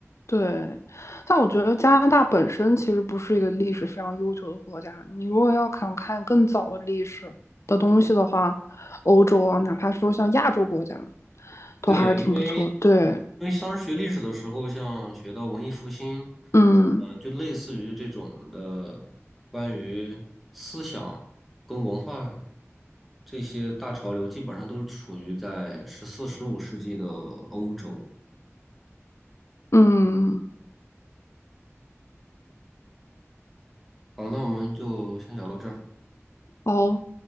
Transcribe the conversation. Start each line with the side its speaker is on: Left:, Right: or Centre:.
Left: 对，但我觉得加拿大本身其实不是一个历史非常悠久的国家。你如果要想看更早的历史的东西的话，欧洲啊，哪怕说像亚洲国家，都还是挺不错的对，
Centre: 对，因为因为当时学历史的时候，像学到文艺复兴，
Left: 嗯
Centre: 呃，就类似于这种的关于思想跟文化这些大潮流，基本上都是处于在十四、十五世纪的欧洲。
Left: 嗯，
Centre: 好，那我们就先聊到这儿。
Left: 好。